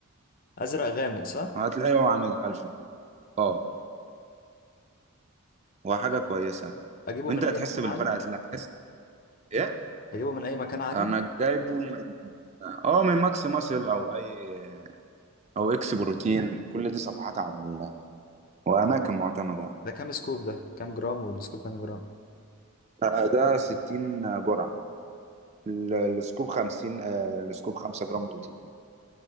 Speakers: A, on the left; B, on the right.
A: ازرق غامق صح
B: هتلاقيه هو عامل ألف اه هو حاجة كويسة
A: اجيبه
B: وانت
A: من
B: هتحس
A: اي مكان
B: بالفرق
A: عادي
B: هتلاقي هتحس ايه
A: اجيبه من اي مكان عادي
B: انا جايبه من اه من ماكس ماسل او اي او اكس بروتين كل دي صفحات على ال... واماكن
A: مم.
B: معتمدة
A: ده كام سكوب ده كام جرام والسكوب كام جرام
B: آه، ده 60 جرعة ال- السكوب 50 آه، السكوب 5 جرام بروتين